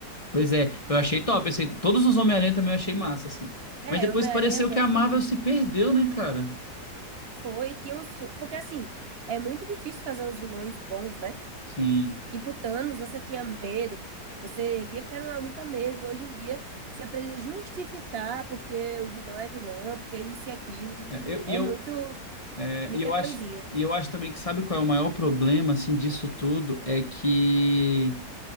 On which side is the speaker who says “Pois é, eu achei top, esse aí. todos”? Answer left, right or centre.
Left